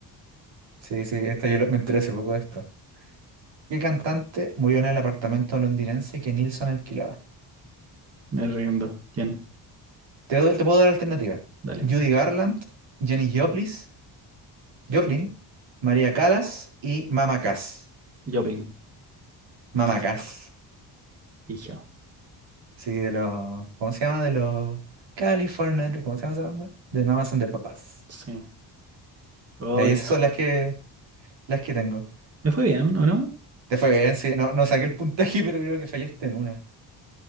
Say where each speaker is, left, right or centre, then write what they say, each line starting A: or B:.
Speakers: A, on the right; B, on the right.
A: Sí, sí, esto yo lo- me enteré hace poco de esto. ¿Qué cantante murió en el apartamento londinense que Nilsson alquilaba?
B: Me rindo. ¿Quién?
A: Te, doy- te puedo dar alternativa.
B: Dale.
A: Judy Garland, Janis Joplin, Joplin, María Callas y Mama Cass.
B: Joplin.
A: Mama Cass.
B: Fijo.
A: Sí, de los, ¿cómo se llama? De los California, ¿cómo se llama esa banda? De Mamas son de papas
B: Sí. Oh,
A: Y ahí esas
B: qué
A: son
B: loco.
A: las que, las que tengo.
B: Me fue bien, ¿o no?
A: Te fue bien, sí. No, no saqué el puntaje, <laughs> pero creo que fallaste en una.